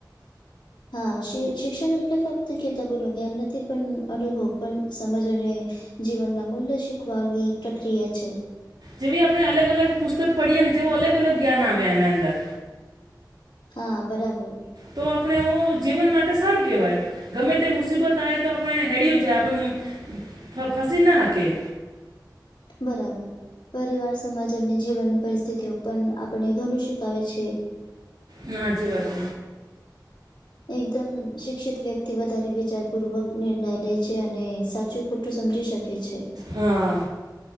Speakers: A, on the left; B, on the right.
A: <inaudible> હા શિક્ષણ એટલે ફક્ત કિતાબો નું જ્ઞાન નથી પણ અનુભવ પણ સમજ અને જીવનના મૂલ્ય શીખવાની પ્રક્રિયા છે.
B: જેવી આપણે અગલ પુસ્તક પડીએ ને જેવું અલગ અલગ જ્ઞાન આવ્યા એના અંદર
A: હા બરાબર.
B: તો આપણે ઓ જીવન માટે સારું કહેવાય. ગમે તે મુશિબત આવે તો આપણે હેળિયુ જાય આપણે ફસી ના હકી
A: બરાબર. પરિવાર સમાજ અને જીવનની પરિસ્થિતિઓ પણ આપણે ઘણું શીખાવે છે.
B: ના હાચી વાત
A: એકદમ શિક્ષિત વ્યક્તિ વધારે વિચારપૂર્વક નિર્ણય લે છે અને સાચું ખોટું સમજી શકે. કે છે.
B: હા.